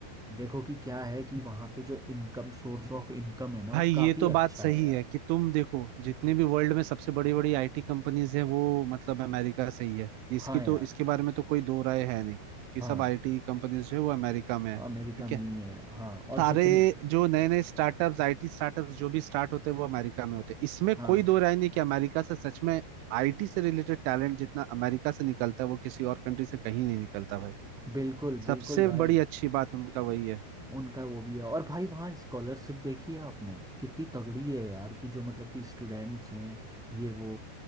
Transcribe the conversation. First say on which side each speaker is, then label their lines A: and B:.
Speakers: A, in the centre; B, on the right (about 85°).
A: देखो कि क्या है कि वहाँ पे जो इनकम सोर्स ऑफ इनकम है ना वो
B: भाई ये
A: काफ़ी
B: तो
A: अच्छा
B: बात सही
A: है यार
B: है कि तुम देखो जितने भी वर्ल्ड में सबसे बड़ी बड़ी आईटी कंपनीज है वो मतलब अमेरिका से ही है इसकी
A: हाँ यार
B: तो इसके बारे में तो कोई दो राय है नहीं कि
A: हाँ
B: सब आईटी कंपनीज जो है वो अमेरिका में है
A: अमेरिका
B: ठीक
A: में
B: है
A: ही है हाँ और
B: सारे
A: जितनी
B: जो नए नए स्टार्टअप्स आईटी स्टार्टअप्स जो भी स्टार्ट होते हैं वो अमेरिका में होते हैं इसमें
A: हाँ
B: कोई दो राय नहीं कि अमेरिका से सच में आईटी से रिलेटेड टैलेंट जितना अमेरिका से निकलता है वो किसी और कंट्री से कहीं नहीं निकलता भाई
A: बिल्कुल बिल्कुल
B: सबसे
A: भाई
B: बड़ी अच्छी बात उनका वही है
A: उनका वो भी है और भाई वहाँ स्कॉलरशिप देखी है आपने कितनी तगड़ी है यार कि जो मतलब कि स्टूडेंट्स हैं ये वो